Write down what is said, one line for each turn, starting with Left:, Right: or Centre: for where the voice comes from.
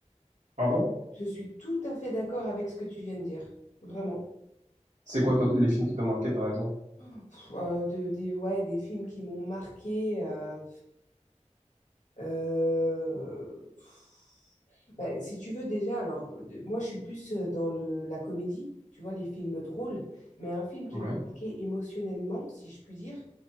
Right: Pardon?
Left: Je suis tout à fait d'accord avec ce que tu viens de dire, vraiment.
Right: C'est quoi toi, les films qui t'ont marqué par exemple?
Left: Pff, euh, de- des, ouais, des films qui m'ont marqué. euh, euh, pff. Bah, si tu veux déjà, alors euh, moi je suis plus euh, dans le, la comédie, tu vois, les films drôles, mais un film qui
Right: Ouais.
Left: m'a marqué émotionnellement, si je puis dire,